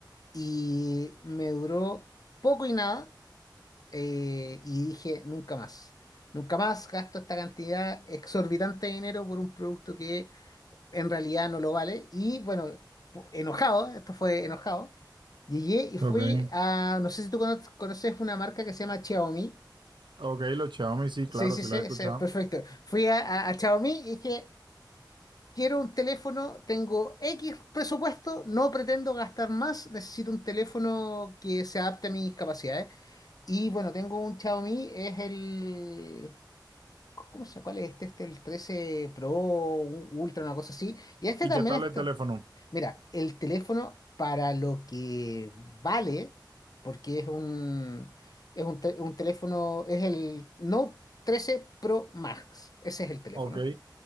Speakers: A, on the left; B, on the right.
A: y me duró poco y nada, eh, y dije, nunca más. Nunca más gasto esta cantidad exorbitante de dinero por un producto que en realidad no lo vale. Y bueno, pu- enojado, esto fue enojado, llegué y fui
B: ok.
A: a, no sé si tú cono- conoces una marca que se llama Xiaomi.
B: Ok, los Xiaomi, sí,
A: Sí,
B: claro,
A: sí,
B: sí
A: sí,
B: los he escuchado.
A: sí, perfecto. Fui a, a- a Xiaomi y dije, quiero un teléfono, tengo X presupuesto, no pretendo gastar más, necesito un teléfono que se adapte a mis capacidades. Y bueno, tengo un Xiaomi, es el... ¿Cómo se cuál es este? Este, el 13 Pro, un Ultra, una cosa así. Y este
B: ¿Y
A: también
B: qué tal
A: está.
B: el teléfono?
A: Mira, el teléfono para lo que vale, porque es un, es un, te- un teléfono, es el Note 13 Pro Max, ese es el teléfono.
B: Ok,